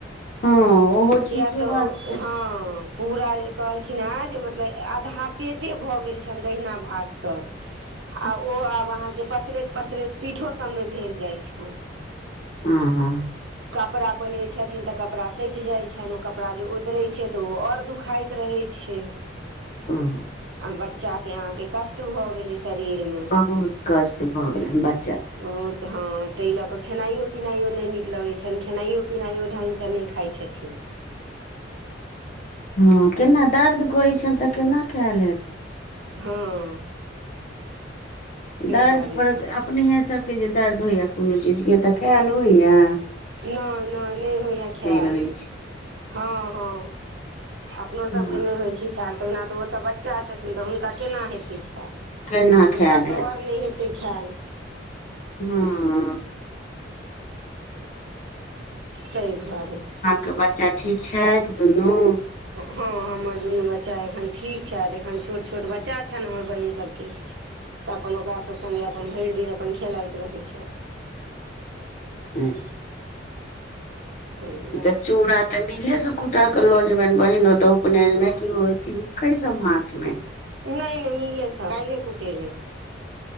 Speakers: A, on the left; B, on the right.
A: हँ ओहो ठीके
B: किया तऽ
A: बात
B: ओ
A: छै
B: हां। पूरा ए कहलखिन हेँ जे मतलब आधा पेटे भऽ गेल छन दहिना भाग से।
A: <inaudible>
B: आ ओ आब अहाँके पसरैत-पसरैत पीठो सब मे भेल जाय छन।
A: आहा।
B: कपड़ा पहिरै छथिन तऽ कपड़ा सैएट जाय छन ओ कपड़ा जे ओदरै छै। तऽ उ और दुखाएत रहै छै।
A: आहा।
B: बच्चा के अहाँके कष्ट भ गेलै। शरीरमे
A: बहुत कष्ट भऽ गेलैन बच्चा के।
B: बहुत हां तै लऽ कऽ खेनाइयो-पिनाइयो नै नीक लगै छन, खेनाइयो-पिनाइयो ढंग से नै खाय छथि।
A: हां केना दर्द करै छैन तऽ केना खाएल हे
B: हां।
A: दर्द
B: दुआरे
A: पर अपनेहे सबके जे दर्द होयया कोनो चीजके तऽ खाएल होयया।
B: नै नै नै होयया खाएल।
A: रहै छै
B: हां-हां अपनो
A: हँ
B: सबके नै होय छै। खाएल तेहना तऽ ओ तऽ बच्चा छथिन तऽ हुनका केना हेतै खाएल,
A: केना
B: हुनका
A: खायल
B: तऽ
A: हेत
B: और नै हे ते खाएल।
A: हां।
B: तै दुआरे।
A: के बच्चा ठीक छैथ दुनू।
B: हां हमर दुनू बच्चा एखन ठीक छैथ, एखन छोट-छोट बच्चा छन हमर बहिन सबके
A: <inaudible>
B: तऽ अपन ओकरा सब संगे अपन भैर दिन अपन खेलाएत रहै छैथ।
A: हुं।
B: ताहि दुआरे
A: ई त चूड़ा तऽ मिले से कुटा के लऽ जेबैन बहिन ओते उपनैन मे कि अथी उखैड़ समाट मे।
B: नै-नै मिलै से काएले कुटेलै।